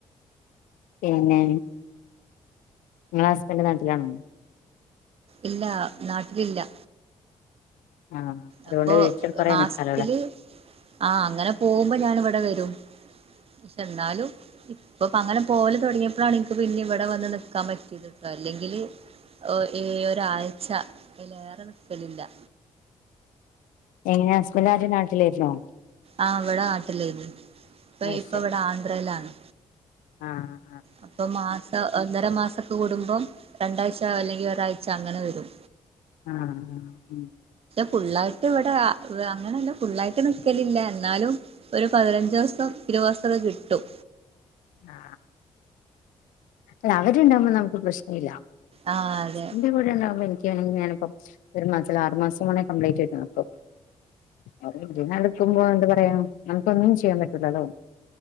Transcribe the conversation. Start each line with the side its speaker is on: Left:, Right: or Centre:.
Left: പിന്നേ ഇങ്ങളെ ഹസ്ബന്റ് നാട്ട്ലാണോ?
Right: ഇല്ല നാട്ട്ല് ല്ലാ
Left: ആ അതുകൊണ്ട്
Right: അപ്പൊ
Left: വീട്ടിൽ കൊറേ
Right: മാസ്ത്തില്
Left: നിക്കാലോല്ലേ
Right: ആഹ് അങ്ങനെ പോവുമ്പം ഞാന് ഇവടെ വെരും ക്ഷെ എന്നാലും ഇപ്പ പ്പ അങ്ങനെ പോവല് തൊടങ്ങ്യപ്പളാണ് ഇൻക്ക് പിന്നിം വടെ വന്ന് നിക്കാം പറ്റീത്ട്ടോ അല്ലെങ്കില് ഒ ഏഹ് ഒരാഴ്ച്ച അയ്ലേറെ നിക്കല് ല്ലാ
Left: എങ്ങനെ ഹസ്ബന്റ് ആദ്യം നാട്ട്ലേയ്ര്ന്നോ?
Right: ആഹ് വ്‌ടെ നാട്ട്ലേനി ഇപ്പ
Left: അത്
Right: ഇപ്പൊവ്ടെ ആന്ധ്രേലാണ്
Left: ആഹ്
Right: അപ്പൊ മാസം ഒന്നര മാസൊക്കൂടുമ്പം രണ്ടാഴ്ച അല്ലെങ്കിൽ ഒരാഴ് ച്ചങ്ങനെ വെരും
Left: ആഹ്
Right: ഫുള്ളായിട്ട് ഇവിടെ അങ്ങനല്ല ഫുള്ളായിട്ട് നിക്കലില്ല ന്നാലും ഒരു പതിന ഞ്ചോസം ഇരുവോസം ക്കെ കി ട്ടും
Left: ആ അല്ല അവര്ണ്ടാകുമ്പോ നമുക്ക് പ്രശ്നല്ല
Right: ആ അതെ
Left: ൻ്റെ കൂടെണ്ടാവൽ ക്യാണ് ഞാനിപ്പം ഒരു മാസല്ല ആറു മാസം വാണേ കംപ്ലീറ്റായിട്ട് നോക്കും <unintelligible> ര് നടുക്കുമ്പോ എന്താ പറയാ നമുക്കൊന്നും ചെയ്യാൻ പറ്റൂലല്ലോ